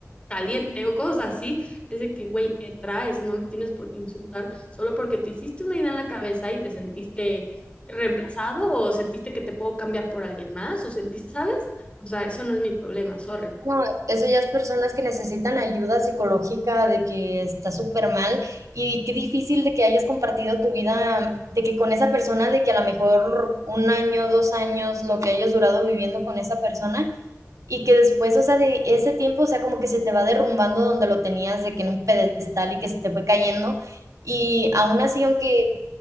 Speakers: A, on the left (about 20°); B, on the right (about 75°).
A: caliente o cosas así, es de que, güey, ¿qué traes? No me tienes por qué insultar solo porque te hiciste una idea en la cabeza y te sentiste reemplazado o sentiste que te puedo cambiar por alguien más o sentiste, ¿sabes? O sea, eso no es mi problema, sorry.
B: No, eso ya es personas que necesitan ayuda psicológica de que está súper mal y qué difícil de que hayas compartido tu vida, de que con esa persona, de que a lo mejor un año, dos años, lo que hayas durado viviendo con esa persona, y que después, o sea, de ese tiempo, o sea, como que se te va derrumbando donde lo tenías, de que en un pedestal y que se te fue cayendo. Y aún así, aunque